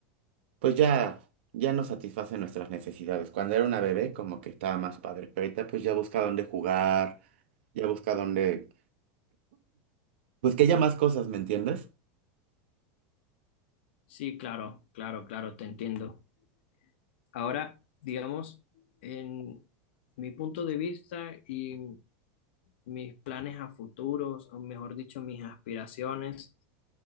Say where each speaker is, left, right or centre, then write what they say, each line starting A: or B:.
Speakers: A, on the right; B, on the left.
A: pues ya, ya no satisface nuestras necesidades. Cuando era una bebé como que estaba más padre, pero ahorita pues ya busca dónde jugar, ya busca dónde... Pues que haya más cosas, ¿me entiendes?
B: Sí, claro, claro, claro, te entiendo. Ahora, digamos, en mi punto de vista y mis planes a futuros, o mejor dicho, mis aspiraciones,